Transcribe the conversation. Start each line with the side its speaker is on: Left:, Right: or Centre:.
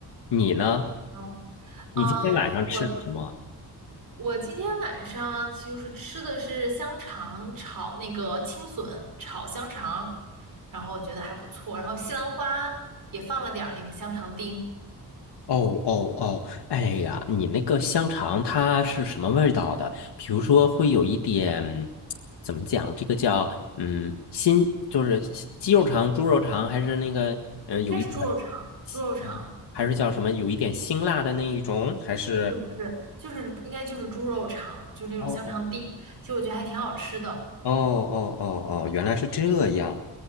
Left: 你呢？
Right: 嗯嗯，
Left: 你今天晚上吃什么？
Right: 我我今天晚上就是吃的是香肠炒那个青笋炒香肠，然后我觉得还不错，然后西兰花也放了点儿那个香肠丁，应
Left: 哦哦哦，哎呀，你那个香肠它是什么味道的？比如说会有一点，怎么讲？这个叫嗯，新就是西鸡肉肠、猪肉肠，还是那个嗯，有一点，
Right: 该是猪肉肠，猪肉肠
Left: 嗯，还是叫什么？有一点辛辣的那一种，还是？
Right: 不是不是，就是应该就是猪肉肠，就是那种香肠丁，
Left: 哦
Right: 其实我觉得还挺好吃的。
Left: 哦哦哦哦，原来是这样。